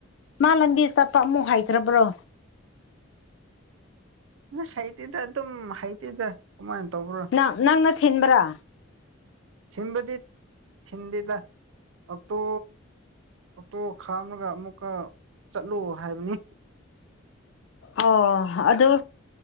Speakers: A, on the left; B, on the right.
A: ꯃꯥ ꯂꯝꯗꯤ ꯆꯠꯄ ꯑꯃꯛ ꯍꯥꯏꯇ꯭ꯔꯕ꯭ꯔꯣ
B: ꯍꯩꯇꯤꯗ ꯑꯗꯨꯝ ꯍꯩꯇꯤꯗ ꯀꯃꯥꯏꯅ ꯇꯧꯕ꯭ꯔꯥ
A: ꯅꯪ ꯅꯪꯅ ꯊꯤꯟꯕ꯭ꯔꯥ
B: ꯊꯤꯟꯕꯗꯤ ꯊꯤꯟꯗꯦꯗ ꯑꯣꯛꯇꯣ ꯑꯣꯛꯇꯣ ꯈꯥꯝꯂꯒ ꯑꯃꯨꯛꯀ ꯆꯠꯂꯣ ꯍꯥꯏꯕꯅꯤ
A: ꯑꯣ ꯑꯗꯨ